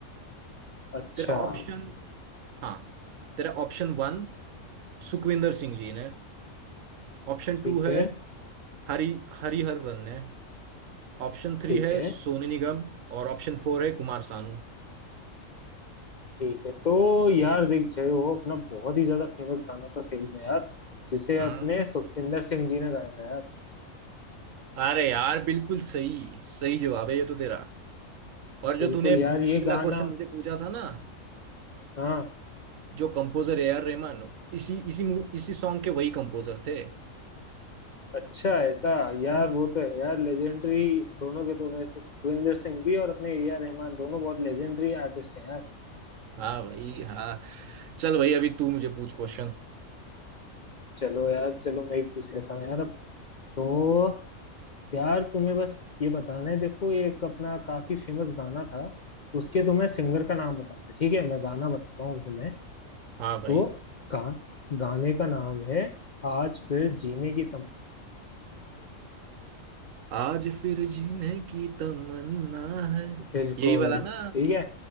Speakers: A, on the left; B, on the right.
A: अच्छा
B: तेरा
A: हाँ
B: ऑप्शन हाँ तेरा ऑप्शन वन सुखविंदर सिंह जी ने ऑप्शन टू
A: ठीक
B: है
A: है
B: हरी हरिहरन ने ऑप्शन थ्री
A: ठीक
B: है
A: है
B: सोनू निगम और ऑप्शन फोर है कुमार सानू
A: ठीक है तो यार देख जय हो अपना बहुत ही ज्यादा फेमस गाना था सही में यार जिसे
B: हाँ
A: अपने सुखविंदर सिंह जी ने गाया था यार
B: अरे यार बिल्कुल सही सही जवाब है ये तो तेरा और जो
A: बिल्कुल
B: तूने पिछला
A: यार ये गाना
B: क्वेश्चन मुझे पूछा था ना
A: हाँ
B: जो कंपोजर ए आर रहमान इसी इसी मू- इसी सॉन्ग के वही कंपोजर थे
A: अच्छा ऐसा यार वो तो है यार लेजेंडरी दोनों के दोनों ऐसे सुखविंदर सिंह भी और अपने ए आर रहमान दोनों बहुत लेजेंडरी आर्टिस्ट हैं यार
B: हाँ भाई हाँ चल भाई अभी तू मुझे पूछ क्वेश्चन
A: चलो यार चलो मैं ही पूछ लेता हूँ यार अब तो यार तुम्हें बस ये बताना है देखो एक अपना काफी फेमस गाना था उसके तुम्हें सिंगर का नाम बताना है ठीक है मैं गाना बताता हूँ तुम्हें
B: हाँ
A: तो
B: भाई
A: गा, गाने का नाम है आज फिर जीने की तमन्ना
B: आज फिर जीने की तमन्ना है
A: बिल्कुल
B: यही वाला
A: ठीक
B: ना
A: है